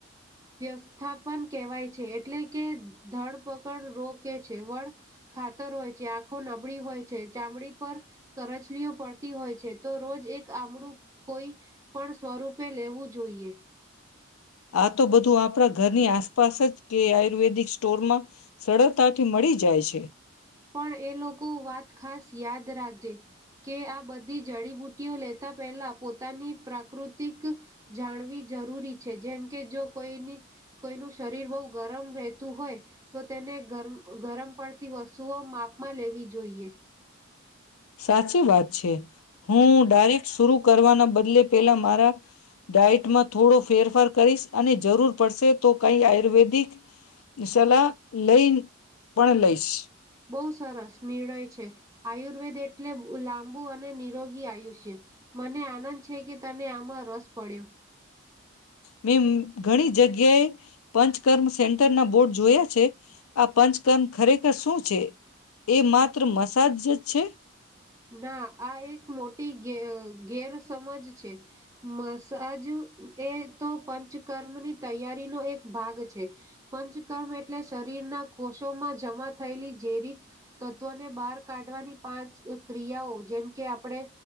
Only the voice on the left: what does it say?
આ તો બધું આપણા ઘરની આસપાસ જ કે આયુર્વેદિક સ્ટોરમાં સરળતાથી મળી જાય છે.
સાચી વાત છે. <inaudible> કરવાના બદલે પેલા મારા ડાયટ માં થોડો ફેરફાર કરીશ અને જરૂર પડશે તો કઈ આયુર્વેદિક સલાહ લઈ પણ લઈશ.
મે ઘણી જગ્યાએ પંચકર્મ સેન્ટર ના બોર્ડ જોયા છે આ પંચકર્મ ખરેખર શું છે એ માત્ર મસાજ છે.